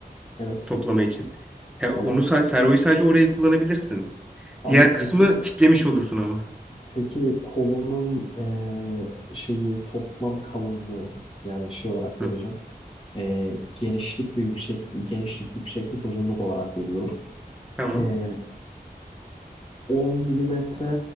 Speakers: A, on the left (about 35°); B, in the centre.
A: Evet.
B: toplama için. Ya
A: Tamam.
B: onu sa- servoyu sadece oraya kullanabilirsin.
A: Abi
B: Diğer kısmı
A: peki
B: kitlemiş olursun ama.
A: peki kolunun eee, şeyi toplam kalınlığı yani şey olarak
B: Hı,
A: vereceğim. Eee, genişlik ve yüksek genişlik yükseklik uzunluk olarak veriyorum.
B: tamam.
A: Eee, 10 milimetre